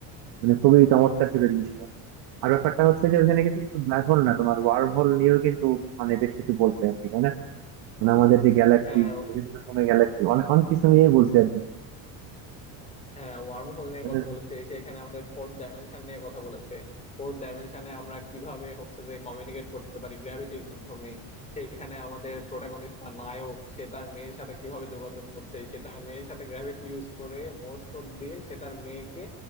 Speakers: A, on the right; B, on the left.
A: মানে খুবই চমৎকার ছিল জিনিসটা আর ব্যাপারটা হচ্ছে যে ওখানে কিন্তু শুধু ব্ল্যাক হোল না তোমার ওয়ার্ম হোল নিয়েও কিন্তু মানে বেশ কিছু বলছে আর কি তাই না? মানে আমাদের যে গ্যালাক্সি
B: হ্যাঁ
A: বিভিন্ন রকমের গ্যালাক্সি অনেক অনেক কিছু নিয়েই বলছে আর কি
B: হ্যাঁ ওয়ার্ম হোল নিয়ে
A: তাই
B: কথা
A: না
B: বলেছে সেখানে আমাদের ফোর্থ ডাইমেনশন নিয়ে কথা বলেছে ফোর্থ ডাইমেনশনে আমরা কিভাবে হচ্ছে যে কমিউনিকেট করতে পারি গ্র্যাভিটির মাধ্যমে সেখানে আমাদের প্রোটাগনিস্ট বা নায়ক সে তার মেয়ের সাথে কিভাবে যোগাযোগ করছে সে তার মেয়ের সাথে গ্র্যাভিটি ইউজ করে মোর্স কোড দিয়ে সে তার মেয়েকে